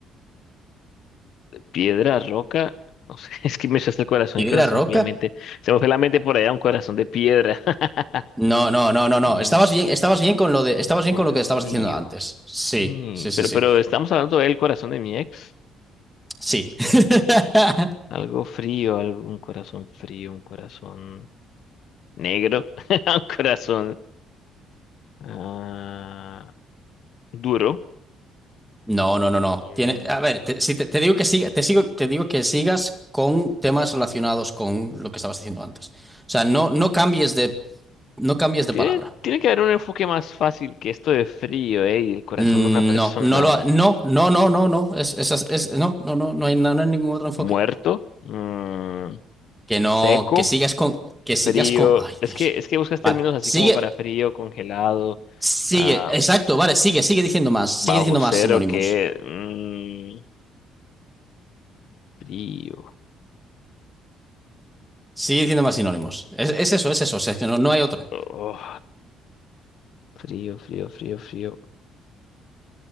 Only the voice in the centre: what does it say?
¿Piedra
roca?
No, no, no, no, no.
Estabas bien, estabas bien con lo de, estabas bien
con
lo
que
estabas diciendo antes. Sí,
sí, sí,
sí.
Sí. <laughs>
No, no, no, no. Tiene,
a ver, te, si te, te digo que siga, te sigo, te digo que sigas con temas relacionados con lo que estabas diciendo antes. O sea, no, no cambies de, no cambies de
palabra.
Mm,
No, no lo,
ha- no, no, no, no, no. Es, es, es- no, no, no, no hay, no, no hay ningún otro enfoque.
Que no,
que sigas con, que sigas
con. Ay,
Dios.
Vale,
sigue,
sigue,
exacto, vale, sigue, sigue diciendo más, sigue
diciendo
más sinónimos.
Sigue diciendo más sinónimos. Es, es eso, es eso. o sea, es que no, no hay otra.